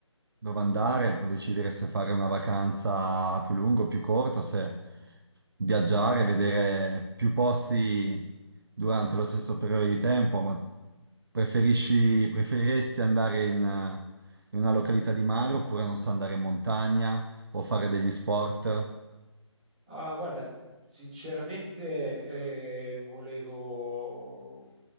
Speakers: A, on the right; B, on the right.
A: dove andare, puoi decidere se fare una vacanza più lunga o più corta, o se viaggiare, vedere più posti durante lo stesso periodo di tempo, ma preferisci, preferiresti andare in, eh, in una località di mare oppure non so, andare in montagna o fare degli sport?
B: Ah, guarda, sinceramente eh, volevo